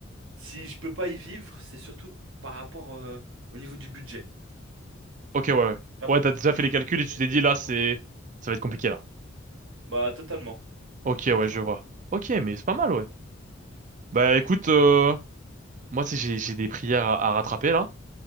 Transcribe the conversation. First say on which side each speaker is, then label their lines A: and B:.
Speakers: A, on the right; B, on the right.
A: si je peux pas y vivre, c'est surtout par rapport euh, au niveau du budget.
B: Ok, ouais, ouais.
A: Hop.
B: Ouais, t'as déjà
A: Au niveau
B: fait les calculs
A: du budget,
B: et tu t'es dit, là,
A: c'est
B: c'est...
A: compliqué.
B: Ça va être compliqué, là.
A: Bah, totalement.
B: Ok,
A: C'est pour
B: ouais,
A: ça.
B: je vois. Ok, mais c'est pas mal, ouais. Bah, écoute, euh, moi, tu sais, j'ai, j'ai des prières à, à rattraper, là.